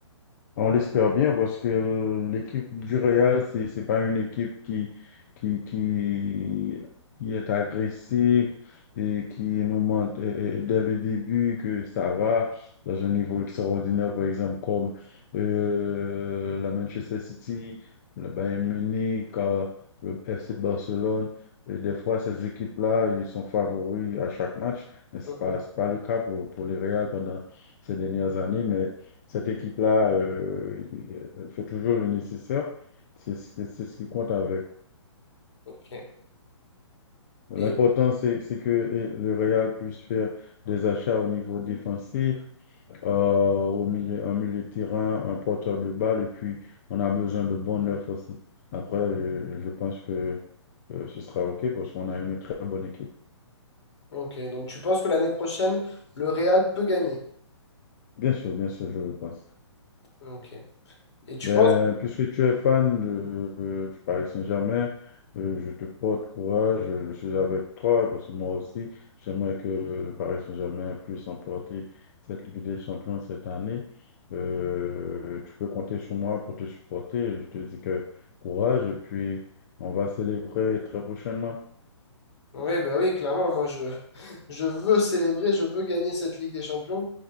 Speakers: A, on the left (about 35°); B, on the left (about 65°).
A: On l'espère bien parce que l'équipe du Real, c'est, c'est pas une équipe qui, qui, qui, qui est agressive et qui nous montre euh, euh, dès le début que ça va dans un niveau extraordinaire, par exemple, comme euh, la Manchester City, le Bayern Munich, euh, le FC Barcelone. Et des fois, ces équipes-là, ils sont favoris à chaque match, mais c'est
B: Mm,
A: pas,
B: mm.
A: c'est pas le cas pour, pour les Real pendant ces dernières années, mais cette équipe-là, euh, il- elle fait toujours le nécessaire. C'est c'est- c'est ce qui compte avec.
B: Ok.
A: L'important,
B: Et
A: c'est c'est que eh, le Real puisse faire des achats au niveau défensif, euh, au milieu, en milieu de terrain, un porteur de balle, et puis on a besoin de bons neufs aussi. Après, je, je pense que euh, ce sera OK parce qu'on a une très bonne équipe.
B: Ok, donc tu penses que l'année prochaine, le Real peut gagner.
A: Bien sûr, bien sûr, je le pense.
B: Ok. Et tu
A: Ben,
B: penses...
A: puisque tu es fan de, euh, du Paris Saint-Germain, euh, je te porte courage, euh, je suis avec toi, parce que moi aussi, j'aimerais que euh, le Paris Saint-Germain puisse emporter cette Ligue des Champions cette année. Euh, tu peux compter sur moi pour te supporter. Je te dis que courage, et puis on va célébrer très prochainement.
B: Oui, bah oui, clairement, moi je, <laughs> je veux célébrer, je veux gagner cette Ligue des Champions.